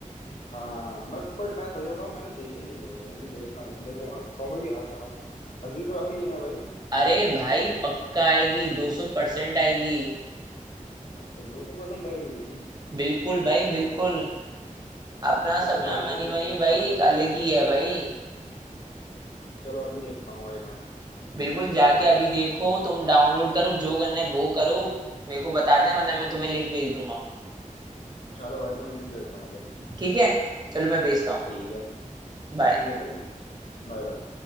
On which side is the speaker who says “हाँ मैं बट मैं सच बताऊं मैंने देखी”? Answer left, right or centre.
Left